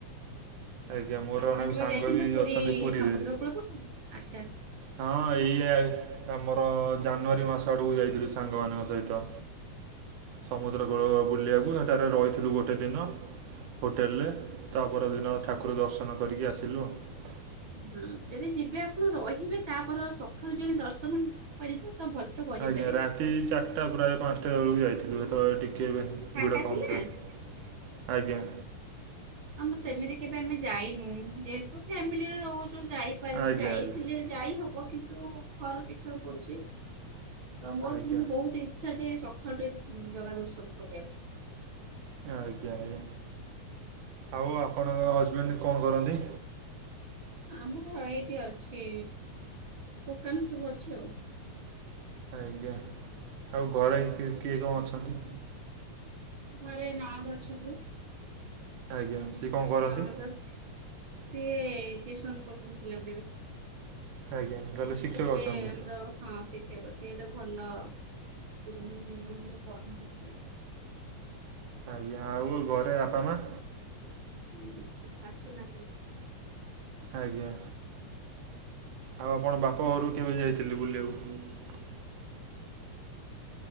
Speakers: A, on the right (about 80°); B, on the right (about 40°).
A: ଆଜ୍ଞା ମୋର
B: ଆପଣ
A: ଅନା
B: କେବେ
A: ସାଙ୍ଗ
B: ଯାଇଛନ୍ତି
A: ବି
B: ପୁରୀ
A: ଅଛନ୍ତି ପୁରୀରେ
B: ସମୁଦ୍ର କୂଳକୁ? ଆଚ୍ଛା
A: ହଁ ଏଇୟା ଆମର ଜାନୁଆରୀ ମାସ ଆଡକୁ ଯାଇଥିଲୁ ସାଙ୍ଗ ମାନଙ୍କ ସହିତ। ସମୁଦ୍ର କୂଳ ବୁଲିବାକୁ ସେଠାରେ ରହିଥିଲୁ ଗୋ ଗୋଟେ ଦିନ ହୋଟେଲରେ ତା ପରଦିନ ଠାକୁର ଦର୍ଶନ କରିକି ଆସିଲୁ ଆଉ
B: ହୁଁ ଯଦି ଯିବେ ଆପଣ ରହିବେ ତାପର ସକାଳୁ ଯଦି ଦର୍ଶନ କରିବେ ତ ଭଲସେ କରିପାରିବେ
A: ଆଜ୍ଞା ରାତି ଚାରିଟା ପୁରା ପାଞ୍ଚଟା ବେଳକୁ ଯାଇଥିଲୁ ସେତେବେଳେ ଟିକେ
B: ଫାଙ୍କା
A: ଭିଡ କମ
B: ଥିଲା?
A: ଥାଏ। ଆଜ୍ଞା।
B: ଆମ ସେମିତି କେବେ ଆମେ ଯାଇନୁ ଯେହେତୁ ଫ୍ୟାମିଲିରେ ରହୁଛୁ। ଯାଇପାରିଲି
A: ଆଜ୍ଞା
B: ଯାଇଥିଲି
A: ଆଜ୍ଞା
B: ଯାଇ ହବ କିନ୍ତୁ ଘର ଦେଖିବାକୁ ପଡୁଛି। ତ ମୋର
A: ଆଜ୍ଞା
B: କିନ୍ତୁ ବହୁତ ଇଚ୍ଛା ଯେ ସଖାଳୁ ଟିକେ ଜଗା ଦର୍ଶନ କରିବାକୁ।
A: ଆଜ୍ଞା ଆଜ୍ଞା ଆଉ ଆପଣଙ୍କ ହଜବେଣ୍ଡ କଣ କରନ୍ତି?
B: ଆମର ଏଇଠି ଅଛି ଦୋକାନ ସବୁ ଅଛି ଆଉ।
A: ଆଜ୍ଞା ଆଉ ଘରେ କିଏ କଣ ଅଛନ୍ତି?
B: ଘରେ ନଣନ୍ଦ ଅଛନ୍ତି।
A: ଆଜ୍ଞା। ସିଏ କ'ଣ କରନ୍ତି
B: ନଣନ୍ଦ ସ ସିଏ ଟିଉସନ କରୁଛନ୍ତି ପିଲାଙ୍କୁ ଏବେ।
A: ଆଜ୍ଞା ତାହେଲେ
B: ସେ
A: ଶିକ୍ଷକ
B: ଗୋଟେ
A: ଅଛନ୍ତି
B: ଆମର ହଁ ସେଇଠି ସେଟା ଭଲ <unintelligible> ଭଲ କରନ୍ତି ସେ।
A: ଆଜ୍ଞା ଆଉ ଘରେ ବାପା ମା
B: ହଁ ଆସୁନାହାନ୍ତି।
A: ଆଜ୍ଞା। ଆଉ ଆପଣ ବାପ ଘରୁ କେବେ ଯାଇଥିଲେ ବୁଲିବାକୁ?